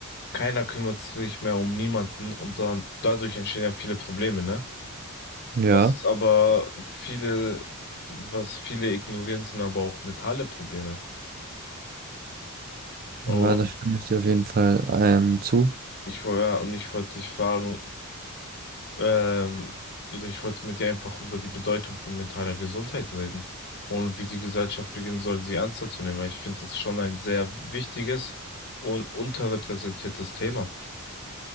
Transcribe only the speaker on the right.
Ja,
ja, da stimme ich dir auf jeden Fall ähm, zu.